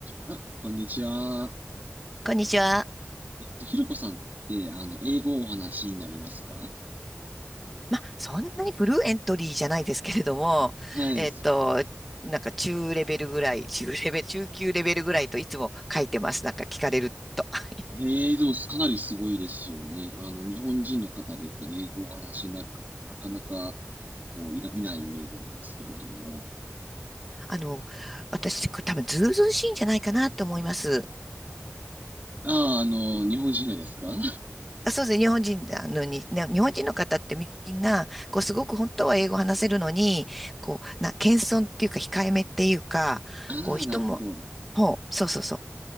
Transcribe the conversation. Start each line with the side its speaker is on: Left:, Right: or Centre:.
Right: あ、こんにちは。
Centre: こんにちは。
Right: えっと、ひろこさんって、あの、英語をお話しになりますか
Centre: まあ、そんなにフルエントリーじゃないですけれども、
Right: はい。
Centre: えっと、なんか中レベルぐらい、中レベル、中級レベルぐらいといつも書いてます。なんか聞かれると。<laughs>
Right: へえ、でも、かなりすごいですよね。あの、日本人の方で、こう、英語をお話しになる方、なかなか、こう、いら、いないイメージなんですけれども。
Centre: あの、私、これ多分ずうずうしいんじゃないかなと思います。
Right: ああ、あの、日本人がですか <laughs>
Centre: あ、そうですね。日本人なのに、ね日本人の方ってみんな、こう、すごく本当は英語話せるのに、こう、な、謙遜っていうか、控えめっていうか、
Right: ああ、
Centre: こう、人も、
Right: なるほど。
Centre: ほう、そうそうそう。